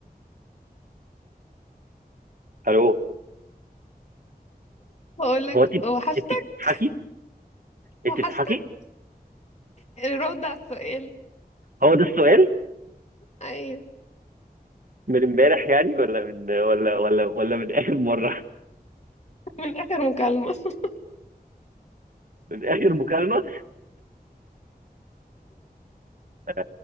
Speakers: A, on the right; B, on the left.
A: الو
B: هقولك
A: هو انت
B: وحشتك
A: انت بتضحكي انت
B: وحشتك
A: بتضحكي
B: الرد على السؤال
A: هو ده السؤال
B: ايوه
A: من امبارح يعني ولا من ولا ولا ولا من اخر مره
B: من اخر مكالمة <laughs>
A: من اخر مكالمه <laughs>